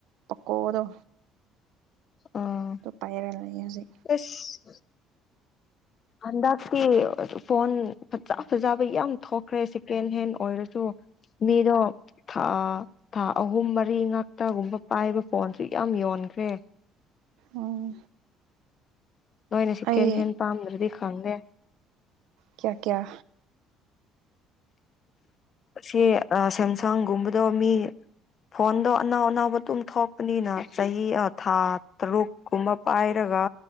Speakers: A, on the right; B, on the left.
A: ꯄꯀꯣ ꯑꯣꯗꯣ
B: ꯑꯥ
A: ꯇ ꯄꯥꯏꯔ ꯂꯩꯁꯤ
B: ꯑꯁ ꯍꯟꯗꯛꯇꯤ ꯐꯣꯟ ꯐꯖ ꯐꯖꯕ ꯌꯥꯝ ꯊꯣꯛꯈ꯭ꯔꯦ ꯁꯦꯀꯦꯟ ꯍꯦꯟ ꯑꯣꯏꯔꯁꯨ ꯃꯤꯔꯣ ꯊꯥ ꯊꯥ ꯑꯍꯨꯝ ꯃꯔꯤ ꯉꯥꯛꯇꯒꯨꯝꯕ ꯄꯥꯏꯕ ꯐꯣꯟꯁꯨ ꯌꯥꯝ ꯌꯣꯟꯈ꯭ꯔꯦ
A: ꯎꯝ
B: ꯅꯣꯏꯅ ꯆꯀꯦꯟ
A: ꯑꯩ
B: ꯍꯦꯟ ꯄꯥꯝꯗ꯭ꯔꯗꯤ ꯈꯪꯗꯦ
A: ꯀꯌꯥ ꯀꯌꯥ
B: ꯁꯤ ꯁꯦꯝꯁꯥꯡꯒꯨꯝꯕꯗꯣ ꯃꯤ ꯐꯣꯟꯗꯣ ꯑꯅꯥꯎ ꯑꯅꯥꯎꯕ ꯑꯗꯨꯝ ꯊꯣꯛꯄꯅꯤꯅ ꯆꯍꯤ ꯊꯥ ꯇꯔꯨꯛ ꯀꯨꯝꯕ ꯄꯥꯏꯔꯒ